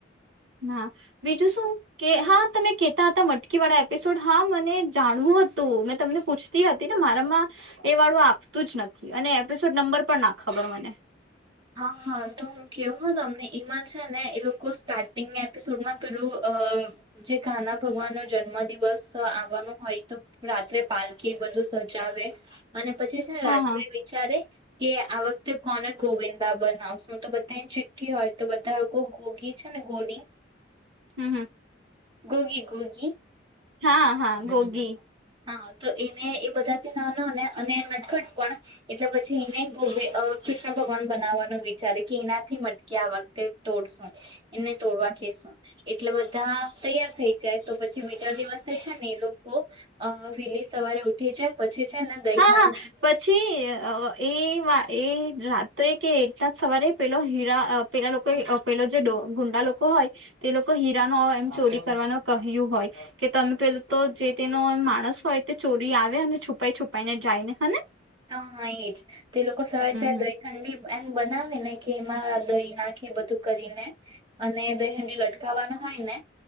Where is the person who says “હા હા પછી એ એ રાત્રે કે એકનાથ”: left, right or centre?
Right